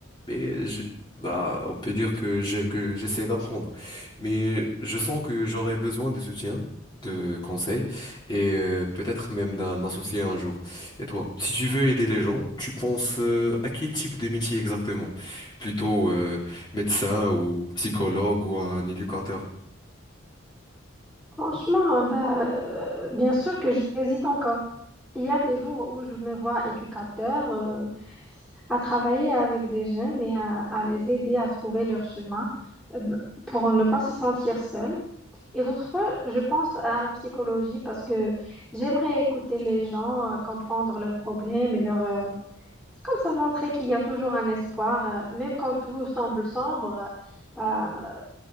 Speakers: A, on the left (about 20°); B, in the centre.
A: mais je- bah, on peut dire que j'ai- que j'essaie d'apprendre. Mais je sens que j'aurais besoin de soutien, de conseils, et euh, peut-être même d'un associé un jour. Et toi, si tu veux aider les gens, tu penses euh, à quel type de métier exactement? Plutôt euh, médecin ou psychologue ou un éducateur?
B: Franchement, hein, bah, euh, bien sûr que j'hésite encore. Il y a des jours où je me vois éducateur, euh, à travailler avec des jeunes et à, à les aider à trouver leur chemin euh, pour ne pas se sentir seul. Et d'autres fois, je pense à la psychologie parce que j'aimerais écouter les gens, euh, comprendre leurs problèmes et leur, euh, comme ça, montrer qu'il y a toujours un espoir, euh, même quand tout semble sombre. euh, Bah,